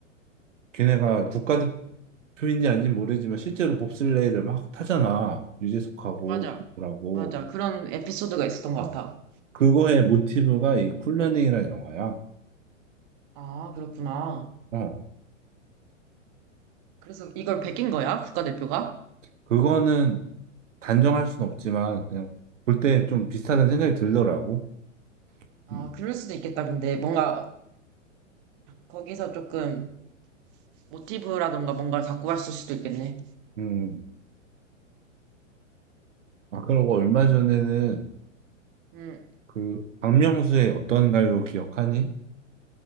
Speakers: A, on the right; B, on the right.
A: 걔네가 국가대표인지 아닌지 모르지만 실제로 봅슬레이를 막 타잖아. 유재석하고
B: 맞아.
A: 누구라고.
B: 맞아. 그런 에피소드가 있었던 것
A: 어,
B: 같아.
A: 그거의 모티브가 이 쿨런이라는 영화야.
B: 아, 그렇구나.
A: 어.
B: 그래서 이걸 베낀 거야? 국가대표가?
A: 그거는 단정할 순 없지만 그냥 볼 때 좀 비슷하다는 생각이 들더라고.
B: 아,
A: 음.
B: 그럴 수도 있겠다. 근데 뭔가 거기서 조금 모티브라던가 뭔가를 갖고 갔을 수도 있겠네.
A: 음. 아, 그리고 얼마 전에는
B: 음,
A: 그 박명수의 어떤 가요 기억하니?